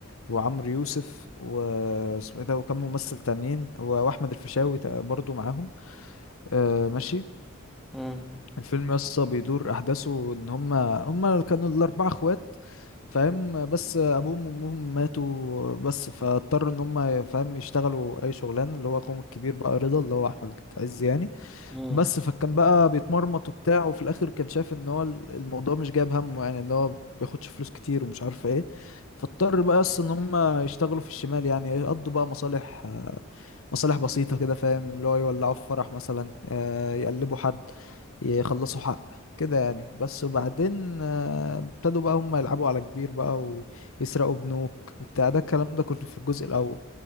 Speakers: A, on the left; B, in the centre.
A: وعمرو يوسف واسمه ايه ده وكم ممثل تانيين و- واحمد الفيشاوي تق- برضو معاهم آه، ماشي
B: <laughs> مم.
A: الفيلم يسا بيدور احداثه ان هما هما كانوا الاربعه اخوات فاهم بس ابوهم وامهم ماتوا بس فاضطروا ان هما فاهم يشتغلوا اي شغلانه اللي هو اخوهم الكبير بقى رضا اللي هو احمد عز يعني
B: مم.
A: بس فكان بقى بيتمرمط وبتاع وفي الاخر كان شايف ان هو ال- الموضوع مش جايب همه يعني ان هو بياخدش فلوس كتير ومش عارف ايه فاضطر بقى اصلا ان هم يشتغلوا في الشمال يعني يقضوا بقى مصالح آه، مصالح بسيطة كده فاهم اللي هو يولعوا في فرح مثلا آه، يقلبوا حد يخلصوا حق كده يعني بس وبعدين آه، ابتدوا بقى هم يلعبوا على كبير بقى ويسرقوا بنوك وبتاع ده الكلام ده كنت في الجزء الأول